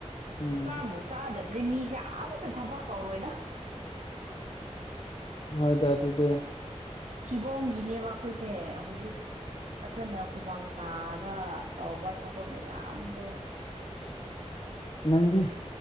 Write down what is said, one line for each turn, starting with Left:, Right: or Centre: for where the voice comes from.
Left: ꯎꯝ
Right: ꯆꯥꯕꯨ ꯆꯥꯗꯦ ꯖꯤꯃꯤꯁꯦ ꯑꯝꯇ ꯊꯕꯛ ꯀꯧꯔꯣꯏꯗ
Left: ꯍꯣꯏꯗ ꯑꯗꯨꯗꯤ
Right: ꯁꯤꯕꯣꯡꯒꯤꯅꯦꯕ ꯑꯩꯈꯣꯏꯁꯦ ꯍꯧꯖꯤꯛ ꯑꯩꯈꯣꯏꯅ ꯍꯨꯃꯥꯡ ꯇꯥꯔ ꯇꯧꯕ ꯊꯕꯛ ꯃꯌꯥꯝꯗꯣ
Left: ꯅꯪꯗꯤ